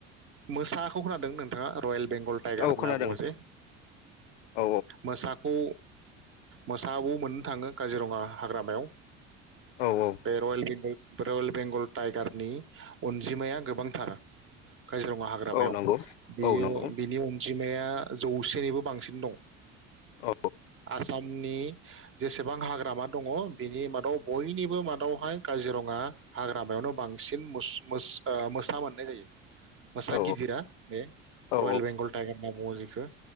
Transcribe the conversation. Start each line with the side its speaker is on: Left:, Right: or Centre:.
Right: मोसाखौ खोनादों नोंथाङा रयेल बेंगल टाइगार
Left: औ
Right: होनना
Left: खोनादों
Right: बुङो जे
Left: औ
Right: मोसा खौ मोसाबो मोननो थाङो। काजिरङा हाग्रामायाव।
Left: औ औ
Right: बेे रयेल बें रइल बेंगल टाइगार नि अनजिमाया गोबांथार काजिरङा हाग्रामायाव
Left: औ नंगौ
Right: बियो
Left: औ नंगौ
Right: बिनि अनजिमाया जौसेनिबो बांसिन दं।
Left: औ
Right: आसामनि जेसेबां हाग्रामा दङ बिनि मादाव बयनिबो माद दावहाय काजिरङा हाग्रामायावनो बांसिन मोस मोसा ओ मोसा मोननाय जायो। मोसा
Left: औ
Right: गिदिरा बे
Left: औ
Right: रयेल बेंगल टाइगार होनना बुङो जेखो।